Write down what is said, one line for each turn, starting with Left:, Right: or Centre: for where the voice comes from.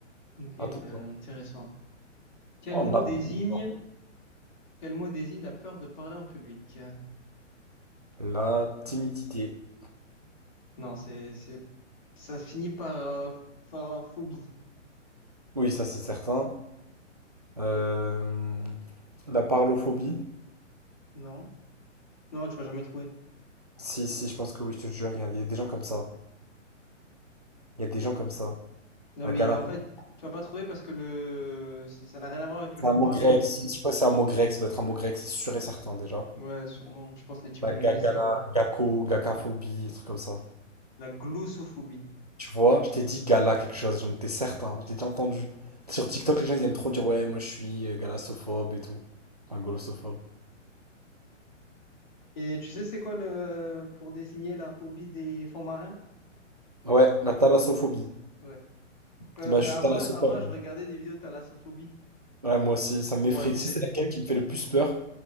Left: Ok,
Right: Attends,
Left: ben
Right: attends.
Left: intéressant. Quel
Right: Oh,
Left: mot
Right: on apprend
Left: désigne,
Right: tous les jours.
Left: quel mot désigne la peur de parler en public?
Right: La timidité.
Left: Non, c'est, c'est, ça finit par, euh, par phobie.
Right: Oui, ça c'est certain. Euh, La parlophobie.
Left: Non? Non, tu vas jamais trouver.
Right: Si, si, je pense que oui, je te jure, il y a, il y a des gens comme ça. Il y a des gens comme ça.
Left: Non,
Right: La
Left: mais
Right: gala,
Left: le- en fait, tu vas pas trouver parce que le, c'est- ça n'a rien à voir avec
Right: c'est
Left: le fait
Right: un
Left: de
Right: mot
Left: parler,
Right: grec.
Left: le mot.
Right: Si, si, je sais pas si c'est un mot grec, ça doit être un mot grec, c'est sûr et certain déjà.
Left: Ouais, sûrement. Je pense que l'étymologie,
Right: La ga-
Left: c'est
Right: gala, gako, gakaphobie, un truc comme ça.
Left: la glossophobie.
Right: Tu vois, je t'ai dit gala quelque chose, j'en étais certain, je t'ai déjà entendu. Sur TikTok, les gens ils aiment trop dire ouais, moi je suis euh, galassophobe et tout. Enfin, golossophobe.
Left: Et tu sais, c'est quoi le, pour désigner la phobie des fonds marins?
Right: Ouais, la thalassophobie.
Left: Ouais. Euh,
Right: Bah, je
Left: euh,
Right: suis
Left: avant,
Right: thalassophone.
Left: avant, je regardais des vidéos de thalassophobie
Right: Ouais, moi aussi, ça m'effraie.
Left: pour m'amuser.
Right: Tu sais, c'est laquelle qui me fait le plus peur?